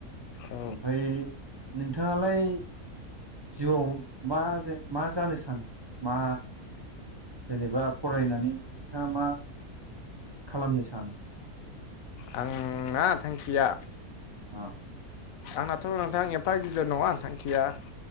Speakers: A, on the left (about 75°); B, on the right (about 30°).
A: औ
B: ओमफ्राय नोंथाङालाय जिउवाव मा जेन मा जानो सानो मा जेनेबा फरायनानै नोंथाङा मा खालामनो सानो
A: आं ना थांखिया
B: औ
A: आंनाथ' नोंथां एफा गिदिर नङा थांखिया